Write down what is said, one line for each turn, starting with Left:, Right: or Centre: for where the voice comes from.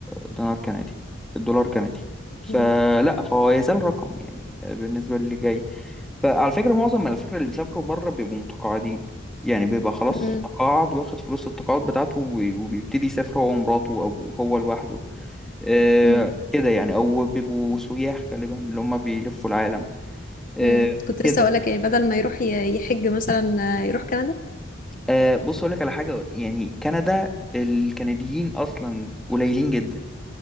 Centre: دينار كندي دولار كندي فلا
Left: مم.
Centre: فهو يزال رقم يعني بالنسبة للي جاي فعلى فكرة معظم على فكرة اللي بيسافروا بره بيبقوا متقاعدين يعني بيبقى خلاص
Left: مم.
Centre: تقاعد واخد فلوس التقاعد بتاعته وبي- وبيبتدي يسافر هو ومراته أو هو لوحده آه،
Left: مم.
Centre: كده يعني او بيبقوا سياح غالبا اللي هم بيلفوا العالم آه،
Left: مم. كنت
Centre: كده
Left: لسه أقولك يعني بدل ما يروح ي- يحج مثلا آه، يروح كندا
Centre: آه، بص اقول لك على حاجه يعني كندا الكنديين اصلا قليلين جدا